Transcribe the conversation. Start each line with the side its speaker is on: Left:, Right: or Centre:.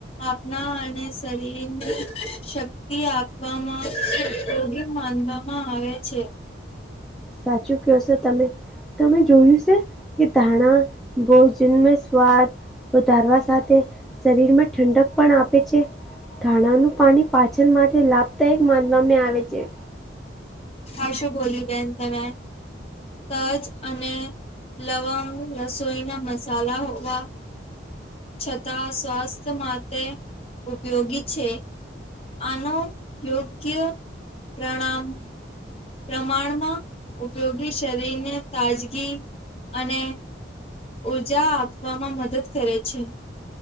Left: આપના અને શરીરને શક્તિ આપવામાં ઉપયોગી માનવામાં આવે છે.
Centre: સાચું ક્યોશો તમે. તમે જોયું સે, કે ધાણા ભોજનમાં સ્વાદ વધારવા સાથે શરીરમાં ઠંડક પણ આપે છે. ધાણાનું પાણી પાચન માટે લાભદાયક માનવામાં આવે છે.
Left: હાસું બોલી બહેન તમે. તજ અને લવંગ રસોઈ ના મસાલા હોવા છતાં સ્વાસ્થ્ માટે ઉપયોગી છે. આનો યોગ્ય પ્રણામ પ્રમાણમાં ઉપયોગી શરીરને તાજગી અને ઉર્જા આપવામાં મદદ કરે છે.